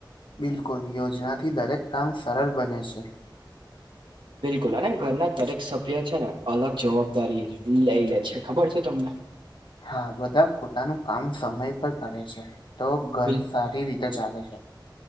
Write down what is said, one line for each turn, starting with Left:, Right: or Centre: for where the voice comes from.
Left: બિલકુલ યોજનાથી દરેક કામ સરળ બને છે.
Right: બિલકુલ અને ઘરના દરેક સભ્ય છે, ને અલગ જવાબદારી લેય લે છે, ખબર છે, તમને?
Left: હા બધા પોતાનું કામ સમય પર કરે છે, તો ઘર
Right: બિલ
Left: સારી રીતે ચાલે છે.